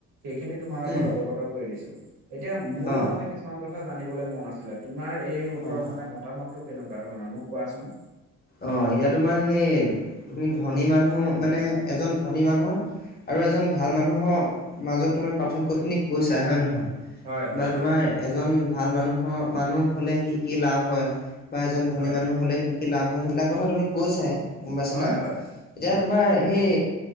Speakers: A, on the right (about 80°); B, on the left (about 30°).
A: সেইখিনি তোমাৰ আগত
B: উম,
A: অৱগত কৰি দিছো। এতিয়া মোৰো
B: অ',
A: মানে কিছুমান কথা জানিবলৈ মন আছিলে তোমাৰ এই ওপৰত
B: হয়, হয়।
A: মানে মতামতটো কেনেকুৱা ধৰণৰ মোক কোৱাচোন?
B: অঁ এতিয়া তোমাৰ সেই তুমি ধনী মানুহ মানে এজন ধনী মানুহ আৰু এজন ভাল মানুহো মাজত তূমি পাৰ্থক্যখিনিক কৈছাই হয় নহয়
A: হয় হয়
B: বা তোমাৰ এজন ভাল মানুহো মানুহ হলে কি কি লাভ হয় বা এজন ধনী
A: হয়
B: মানুহ হলে কি কি লাভ হয় সেইবিলাক কথা তুমি কৈছাই। গম পাইছা
A: হয়
B: নে?
A: হয়
B: এতিয়া
A: উম
B: তোমাৰ সেই